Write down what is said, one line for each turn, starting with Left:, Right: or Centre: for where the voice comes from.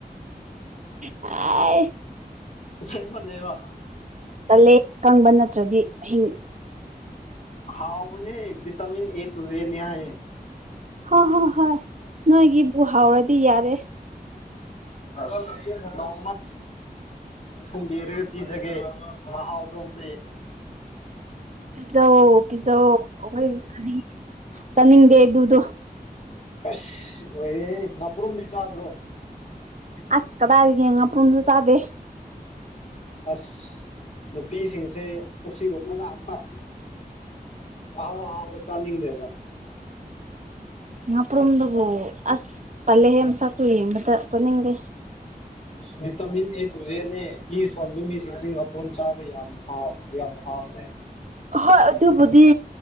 Right: ꯑ
Left: ꯁꯦꯡꯕꯅꯦꯕ
Right: ꯇꯂꯦ ꯀꯪꯕ ꯅꯠꯇ꯭ꯔꯗꯤ ꯑꯍꯤꯡ
Left: ꯍꯥꯎꯕꯅꯦ ꯚꯇꯃꯤꯤꯟ ꯑꯦ ꯇꯨꯖꯦꯅꯤ ꯍꯥꯏ
Right: ꯍꯣꯏ ꯍꯣꯏ ꯍꯣꯏ ꯅꯣꯏꯒꯤꯕꯨ ꯍꯥꯎꯔꯗꯤ ꯌꯥꯔꯦ
Left: ꯑꯁ ꯅꯃ ꯊꯣꯡꯕꯤꯔꯒ ꯄꯤꯖꯒꯦ ꯃꯍꯥꯎꯗꯣ ꯑꯝ <inaudible>
Right: ꯄꯤꯖꯧ ꯄꯤꯖꯧ ꯑꯩꯈꯣꯏ ꯆꯥꯅꯤꯡꯗꯦ ꯑꯗꯨꯗꯣ
Left: ꯑꯁ ꯑꯣꯏꯔ ꯅꯥꯄꯔꯨꯝꯗꯤ ꯆꯥꯗ꯭ꯔꯣ
Right: ꯑꯁꯀꯗ ꯍꯥꯏꯒꯦꯉ ꯑ ꯄꯨꯔ ꯆ ꯆꯗꯦ
Left: ꯑꯁ ꯅꯨꯄꯤꯁꯤꯡꯁꯦ ꯑꯁꯤꯒꯨꯝꯕ ꯉꯥꯛꯇ ꯑꯥꯎ ꯑꯥꯎꯕ ꯆꯥꯅꯤꯡꯗꯕ
Right: <inaudible> ꯍꯥꯄ꯭ꯔꯝꯗꯕꯣ ꯑꯁ ꯇꯂꯦ ꯍꯦ ꯃ ꯁꯥ ꯀ ꯃꯇ ꯆꯅꯤꯡꯒꯦ
Left: ꯚꯇꯤꯟ ꯑꯦ ꯇꯨꯁꯦꯅꯦ ꯏ ꯐꯣꯟꯕ ꯃꯤꯁꯤꯡꯁꯤ ꯃꯄ꯭ꯔꯨꯝ ꯆꯥꯕ ꯌꯥꯝꯥꯎ ꯌꯥꯝ ꯍꯥꯎꯕꯅꯦ
Right: ꯍꯣꯏ ꯑꯗꯨꯕꯨꯗꯤ